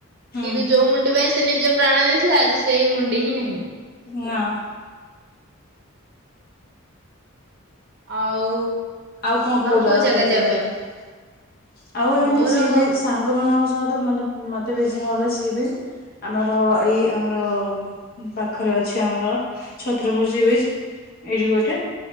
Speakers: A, on the left; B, on the right.
A: ହୁଁ
B: କିନ୍ତୁ ଯୋଉ ମୁଣ୍ଡି ପାଇଁ ସେ ନିଜ ପ୍ରାଣ ଦେଇଥିଲା ଆଜି ସେଇ ମୁଣ୍ଡି ହିଁ ନାହିଁ
A: ନାଁ
B: ଆଉ
A: ଆଉ କଣ କଉ ଜାଗା
B: କୋଉ
A: ପଡିବା
B: ଯିବା
A: ଭଲ
B: ପାଇଁ
A: ଲାଗେ ଆଉ ଏମିତି
B: ମୋର
A: ସିଏ ବି ସାଙ୍ଗ ମାନ ତ ତ ମତେ ମତେ ବେଶୀ ଭଲ ଲାଗେ ସି ବିଚ୍ ଆମର ଏଇ ଆମର ପାଖରେ ଅଛି ଆମର ଛତ୍ରପୁର ସି ବିଚ୍ ଏଇଠି ଗୋଟେ